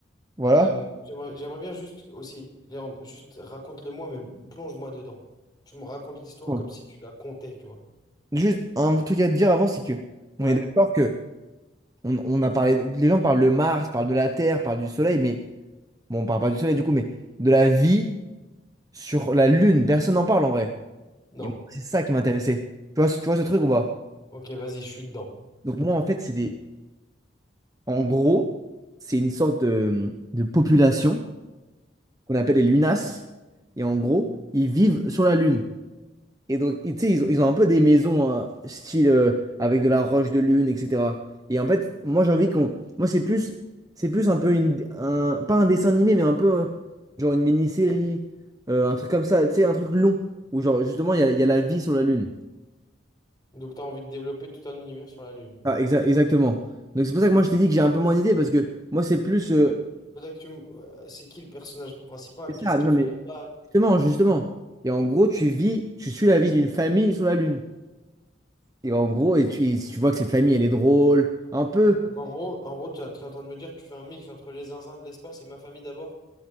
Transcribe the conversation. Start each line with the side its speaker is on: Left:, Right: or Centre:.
Right: Voilà.
Left: Euh, j'aimerais, j'aimerais bien juste aussi, Léandre, juste raconte-le-moi, mais plonge-moi dedans. Tu me racontes l'histoire
Right: Ouais.
Left: comme si tu la comptais, tu vois.
Right: Juste un truc à te dire avant, c'est que
Left: Ouais?
Right: on est d'accord que on, on a parlé, les gens parlent de Mars, parlent de la Terre, parlent du Soleil, mais bon, on parle pas du Soleil du coup, mais de la vie sur la Lune, personne n'en parle en vrai.
Left: Non.
Right: Et moi, c'est ça qui m'intéressait. Tu vois, ce- tu vois ce truc ou pas?
Left: Ok, vas-y, je suis dedans.
Right: Donc moi, en fait, c'est des, en gros, c'est une sorte de, de population qu'on appelle les lunas. Et en gros, ils vivent sur la Lune. Et donc, ils- tu sais, ils, ont ils ont un peu des maisons euh, style euh, avec de la roche de lune, etc. Et en fait, moi, j'ai envie qu'on. Moi, c'est plus, c'est plus un peu une, un, pas un dessin animé, mais un peu euh, genre une mini-série, euh, un truc comme ça, tu sais, un truc long où genre justement il y a, il y a la vie sur la Lune.
Left: Donc, t'as envie de développer tout un univers sur la Lune.
Right: Ah, exa- exactement. Donc c'est pour ça que moi je t'ai dit que j'ai un peu moins d'idées parce que moi c'est plus euh,
Left: Non, mais faudrait que tu me- euh, C'est qui le personnage principal?
Right: c'est ça.
Left: Qu'est-ce qu'il
Right: Non
Left: fait
Right: mais
Left: là-bas?
Right: justement, justement. Et en gros, tu vis, tu suis la vie d'une famille sur la Lune. Et en gros, et tu, et tu vois que cette famille, elle est drôle, un peu.
Left: Donc, en gros, en gros, t'es en train de me dire que tu fais un mix entre les zinzins de l'espace et ma famille d'abord?